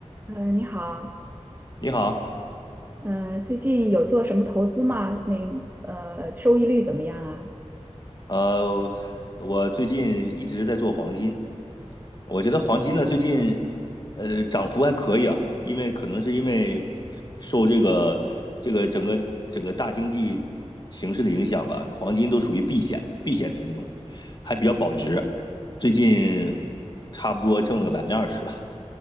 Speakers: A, on the right; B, on the left.
A: 嗯，你好，
B: 你好，
A: 嗯，最近有做什么投资吗？那呃，收益率怎么样啊？
B: 呃，我最近一直在做黄金，我觉得黄金呢最近呃涨幅还可以啊，因为可能是因为受这个这个整个整个大经济形势的影响吧，黄金都属于避险避险品种，还比较保值，最近差不多挣了个百分之二十吧。